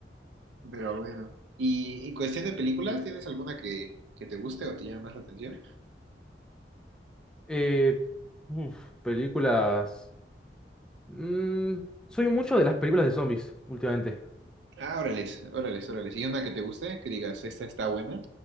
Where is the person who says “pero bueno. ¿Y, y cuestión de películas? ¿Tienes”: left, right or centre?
Right